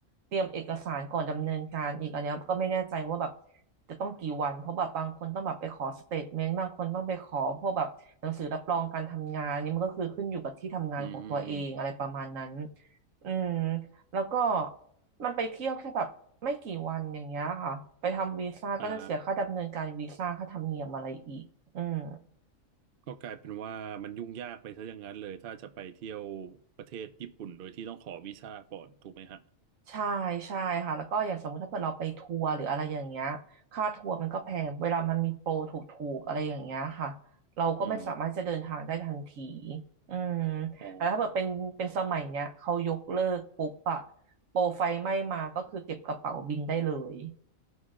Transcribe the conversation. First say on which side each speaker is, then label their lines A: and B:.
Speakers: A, on the right; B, on the right.
A: เตรียมเอกสารก่อนดำเนินการอีกอันเนี้ยก็ไม่แน่ใจว่าแบบจะต้องกี่วันเพราะแบบบางคนต้องแบบไปขอสเตทเมนต์บางคนต้องไปขอพวกแบบหนังสือรับรองการทำงานอันนี่มันก็คือขึ้นอยู่กับที่ทำงานของตัวเองอะไรประมาณนั้น
B: อืมอม
A: อืมแล้วก็มันไปเที่ยวแค่แบบไม่กี่วันอย่างเงี้ยค่ะไปทำวีซ่าก็จะเสียค่าดำเนินการวีซ่าค่าธรรมเนียมอะไรอีกอืม
B: อ่าก็กลายเป็นว่ามันยุ่งยากไปซะอย่างนั้นเลยถ้าจะไปเที่ยวประเทศญี่ปุ่นโดยที่ต้องขอวีซ่าก่อนถูกไหมฮะ
A: ใช่ใช่ค่ะแล้วก็อย่างสมมติถ้าเกิดเราไปทัวร์หรืออะไรอย่างเงี้ยค่าทัวร์มันก็แพงเวลามันมีโปรถูกๆอะไรอย่างเงี้ยค่ะเราก็ไม่สามารถจะเดินทางได้ทันที
B: อืม
A: อืม
B: อ๋อ
A: แต่ถ้าเกิดเป็นเป็นสมัยเนี้ยเขายกเลิกปุ๊บอะโปรไฟไหม้มาก็คือเก็บกระเป๋าบินได้เลย